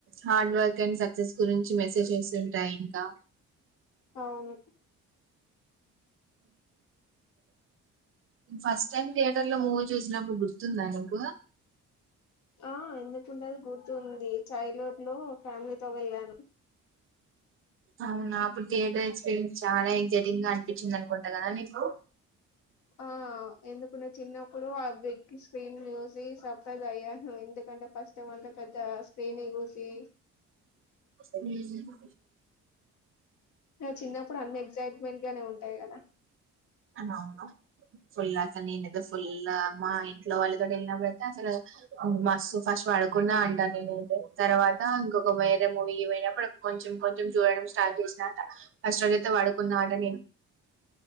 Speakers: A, on the right; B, on the left.
A: హార్డ్ వర్క్ అండ్ సక్సెస్ గురించి మెసేజ్ చేస్తుంటాయి ఇంకా
B: అవును
A: ఫస్ట్ టైమ్ థియేటర్ లో మూవీ చూసినప్పుడు గుర్తుందా నీకు
B: ఆ ఎందుకు ఉండదు గుర్తుంది చైల్డ్ హుడ్ లో ఫ్యామిలీతోో వెళ్ళాను
A: అవునా అప్పుడు థియేటర్ ఎక్స్పీరియన్స్ చాలా అయింది జటింగ్ అనిపించింది అనుకుంటా కదా నీకు
B: ఆ ఎందుకుంటే చిన్నప్పుడు ఆ బిగ్ స్క్రీన్ చూసి సర్ప్రైజ్ అయ్యాను ఎందుకు ఫస్ట్ టైం అంత పెద్ద సేనే ఊసి
A: హ్మ్మ్
B: నా చిన్నప్పుడు అన్ని ఎగ్సైట్మెంట్ గానే ఉంటాయి కదా
A: అ అవునా ఫుల్ అసలు నేనుదో ఫుల్ మా ఇంట్లో వాళ్ళతో వెళ్ళినప్పుయితే అసలు మస్తు ఫస్ట్ పడుకున్నా అంట నేను అయితే తర్వాత ఇంకొక మూవీ కి పోయినాప్పుడు కొంచం కొంచెం చూడడం స్టార్ట్ చేంది అస్ట్రోలియాతే వాడు కొన్నాడనే